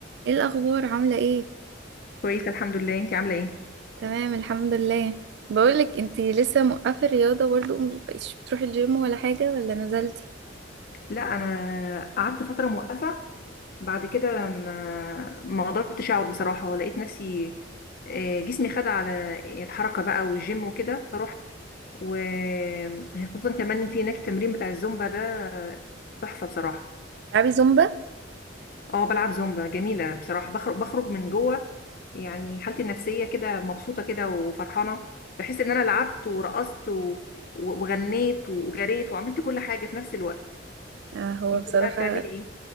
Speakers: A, on the right; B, on the left.
A: ايه الاخبار عامله ايه
B: كويسة الحمد لله انتي عاملة ايه؟
A: تمام الحمد لله بقولك انتي لسه موقفه الرياضه برضو مش بقيتش بتروحي الجيم ولا حاجه ولا نزلتي
B: لا انا قعدت فترة موقفة بعد كده ما ما قدرتش اقعد بصراحة ولقيت نفسي آه، جسمي خد على الحركة بقى والجيم وكده فروحت وخصوصا كمان إن في هناك التمرين بتاع الزومبا ده آه، تحفة بصراحة
A: تلعبي زومبا
B: اه بلعب زومبا جميلة بصراحة بخرج بخرج من جوه يعني حالتي النفسية كده مبسوطة كده وفرحانة بحس ان انا لعبت ورقصت و- وغنيت وجريت وعملت كل حاجة في نفس الوقت
A: آه هو
B: انت
A: بصراحه
B: بقى بتعملي ايه